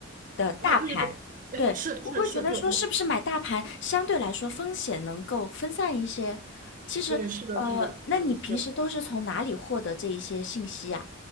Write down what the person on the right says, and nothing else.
啊，对对对，
哎，是是是，
对我
对，是的，是的，
对，对，